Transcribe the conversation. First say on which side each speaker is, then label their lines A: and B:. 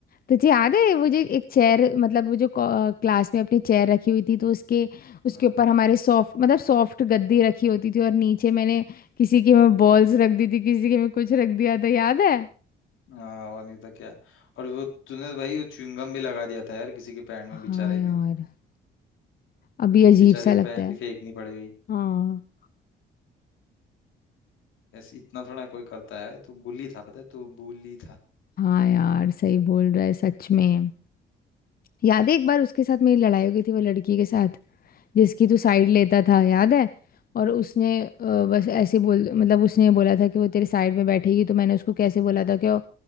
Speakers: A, on the left (about 50°); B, on the left (about 80°).
A: तुझे याद है वो जो एक चेयर मतलब वो जो क- क्लास में अपनी चेयर रखी हुई थी तो उसके उसके
B: हम्म
A: ऊपर हमारे सॉफ्ट मतलब सॉफ्ट गद्दी रखी होती थी और नीचे मैंने किसी के में
B: हम्म
A: बॉल्स रख दी थी किसी के में कुछ रख दिया था याद है
B: हाँ और नहीं तो क्या और वो तूने तो भाई वो च्युइंगम भी लगा दिया था यार किसी के पैंट में
A: हाँ
B: बेचारे
A: यार
B: के
A: अभी
B: उसको
A: अजीब
B: बेचारे
A: सा
B: की
A: लगता
B: पैंट
A: है
B: ही फेंकनी पड़ गई
A: हाँ
B: ऐसे इतना थोड़ा कोई करता है तू bully था पता है तू bully
A: हाँ यार सही बोल रहा है सच में याद है एक बार उसके साथ मेरी लड़ाई हो गई थी वो लड़की के साथ जिसकी तू साइड लेता था याद है और उसने अ,
B: था
A: बस ऐसे बोल मतलब उसने बोला था कि वो तेरे साइड में बैठेगी तो मैंने उसको कैसे बोला था कि ओ-